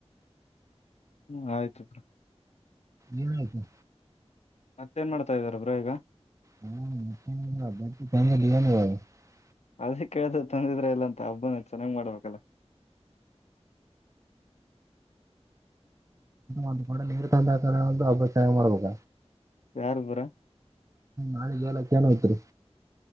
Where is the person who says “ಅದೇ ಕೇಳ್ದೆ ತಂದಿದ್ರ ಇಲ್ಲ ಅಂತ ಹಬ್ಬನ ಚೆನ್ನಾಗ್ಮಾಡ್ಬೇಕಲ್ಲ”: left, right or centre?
Left